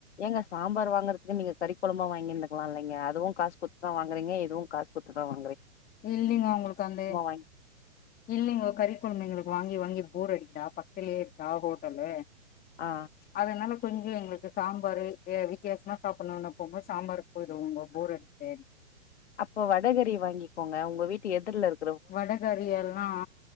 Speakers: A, on the left; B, on the left.
A: ஏங்க சாம்பார் வாங்குறத்க்கு நீங்க கறி கொழம்பா வாங்கிந்துக்லா இல்லைங்க அதுவு காஸ் குத் தா வாங் குறீங்க எதுவு காஸ் குத்துதா வா
B: இல்லிங்கோ அவுங்ளுக்கு அந்தே
A: வாங்கி
B: இல்லிங்கோ கறிக் கொழம்பு எங்களுக்கு வாங்கி வாங்கி போர் அடிக்ட்டா பக்த்துலே இருக்கா ஹோட்டலு
A: ஆ
B: அதனால கொஞ்சு எங்ளுக்கு சாம்பாரு வித்யாசமா சாப்புட்ணுன் அப்போங்கோ சாம்பாருக் போய்டுவோங்க போர் அடிக்தே
A: அப்போ வடகறி வாங்கிக்கோங்க ஒங்க வீட்டு எதுர்லருக்
B: வடகார எல்லா